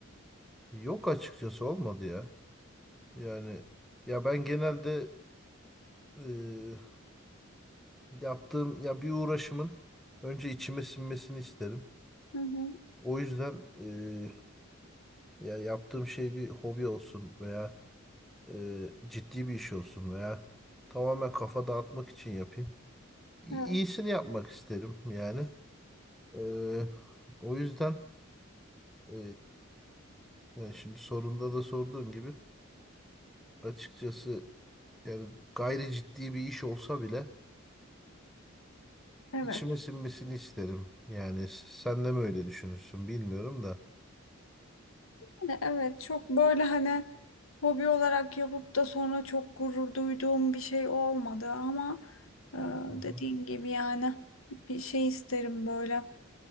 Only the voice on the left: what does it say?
Hı hı.
Evet.
Evet.
Yani evet çok böyle hani hobi olarak yapıp da sonra çok gurur duyduğum bir şey olmadı ama e,
dediğin gibi yani bir şey isterim böyle